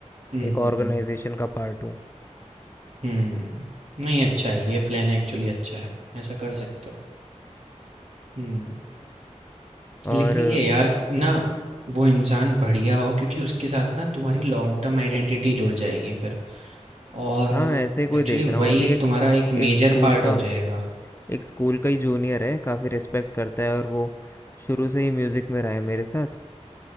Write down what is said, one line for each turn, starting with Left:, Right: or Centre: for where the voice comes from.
Right: हम्म
Left: एक
Right: हम्म
Left: ऑर्गेनाइज़ेशन
Right: हम्म
Left: का पार्ट हूँ।
Right: हम्म। नहीं अच्छा है ये प्लान एक्चुअली अच्छा है ऐसा कर सकते हो हम्म
Left: और
Right: लेकिन ये यार ना वो इंसान बढ़िया हो क्योंकि उसके साथ ना तुम्हारी लॉन्ग टर्म आइडेंटिटी जुड़ जाएगी फिर और
Left: हाँ ऐसे कोई
Right: एक्चुअली
Left: देख
Right: वही
Left: रहा हूँ अभी एक
Right: तुम्हारा एक मेजर
Left: एक स्कूल
Right: पार्ट
Left: का
Right: हो जाएगा
Left: एक स्कूल का ही जूनियर है काफ़ी रिस्पेक्ट करता है और वो शुरू से ही म्यूज़िक में रहा है मेरे साथ